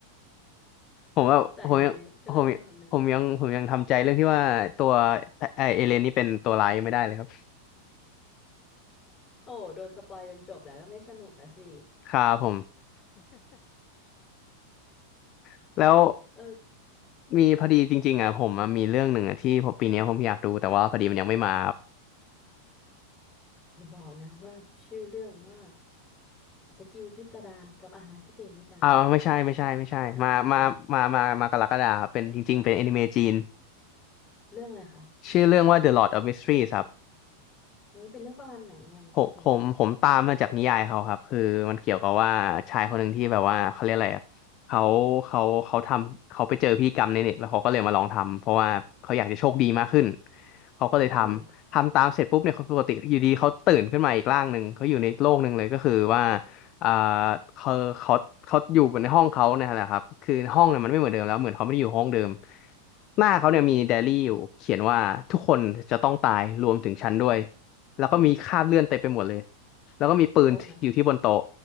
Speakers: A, on the left (about 35°); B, on the left (about 20°).
A: ผมว่าผมยังผมผมยังผมยังทำใจเรื่องที่ว่าตัว
B: สายอนิเมะก็ลำบากหน่อย
A: ไอเอเลนนี่เป็นตัวร้ายยังไม่ได้เลยครับ
B: โอ้โดนสปอยจนจบแล้วก็ไม่สนุกอะสิ
A: ครับผม <laughs> แล้ว
B: เออ
A: มีพอดีจริงๆอ่ะผมอะมีเรื่องหนึ่งอ่ะที่ผมปีเนี้ยผมอยากดูแต่ว่าพอดีมันยังไม่มา
B: อย่าบอกนะว่าชื่อเรื่องว่าสกิลพิสดารกับอาหารพิเศษในต่างโลก
A: อ่าไม่ใช่ไม่ใช่ไม่ใช่มามามามามากรกฎาครับเป็นจริงๆเป็นแอนิเมะจีน
B: <laughs> อ๋อโอเค <laughs> เรื่องอะไรคะ
A: ชื่อเรื่องว่า The Lord of Mysteries ครับ
B: เฮ้ยเป็นเรื่องประมาณไหนอะน้องพี่
A: ผมผมผมตามมาจากนิยายเขาครับคือมันเกี่ยวกับว่าชายคนหนึ่งที่แบบว่าเขาเรียกอะไรอะเขาเขาเขาทำเขาไปเจอพิธีกรรมในเน็ตแล้วเขาก็เลยมาลองทำเพราะว่าเขาอยากจะโชคดีมากขึ้นเขาก็เลยทำทำตามเสร็จปุ๊บเนี่ยเขาปกติอยู่ดีเขาตื่นขึ้นมาอีกร่างหนึ่งเขาอยู่ในอีกโลกหนึ่งเลยก็คือว่า
B: อืม
A: อ่าเขาเขาเขาอยู่ในห้องเขาเนี่ยแหละครับคือห้องเนี่ยมันไม่เหมือนเดิมแล้วเหมือนเขาไม่ได้อยู่ห้องเดิมหน้าเขาเนี่ยมีไดอารี่อยู่เขียนว่าทุกคนจะต้องตายรวมถึงฉันด้วย แล้วก็มีคราบเลือดเต็มไปหมดเลย
B: อืม
A: แล้วก็มีปืนอยู่ที่บนโต๊ะ
B: โอ้ my